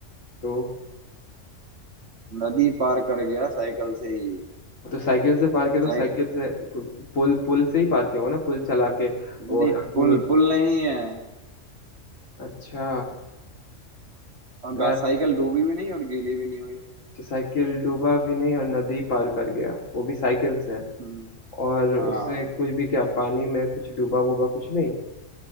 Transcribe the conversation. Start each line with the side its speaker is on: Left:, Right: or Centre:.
Left: तो
Right: नदी पार कर गया साइकिल से ही
Left: तो साइकिल से पार किया तो
Right: साइक
Left: साइकिल से तो पुल पुल से ही पार किया होगा ना पुल चला के
Right: नहीं
Left: और आदमी
Right: पुल पुल नहीं है
Left: अच्छा
Right: और
Left: तो
Right: गा-
Left: ऐसे-
Right: साइकिल डूबी भी नहीं और गीली भी नहीं हुई
Left: साइकिल डूबा भी नहीं और नदी पार कर गया वो भी साइकिल से
Right: हम्म,
Left: और उससे
Right: हाँ
Left: कुछ भी क्या पानी में कुछ डूबा वूबा कुछ नहीं